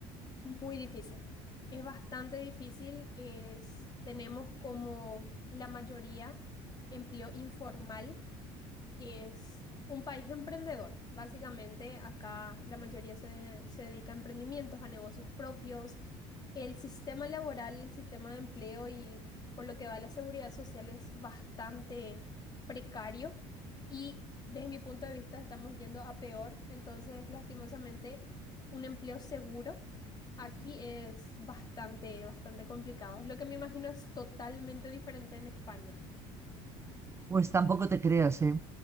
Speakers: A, on the left; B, on the right.
A: Muy difícil. Es bastante difícil. Es, tenemos como la mayoría empleo informal es un país emprendedor. Básicamente, acá la mayoría se, se dedica a emprendimientos, a negocios propios. El sistema laboral, el sistema de empleo y por lo que va la seguridad social es bastante precario y desde mi punto de vista estamos yendo a peor. Entonces, lastimosamente, un empleo seguro. Aquí es bastante, bastante complicado. Lo que me imagino es totalmente diferente en España.
B: Pues tampoco te creas, ¿eh?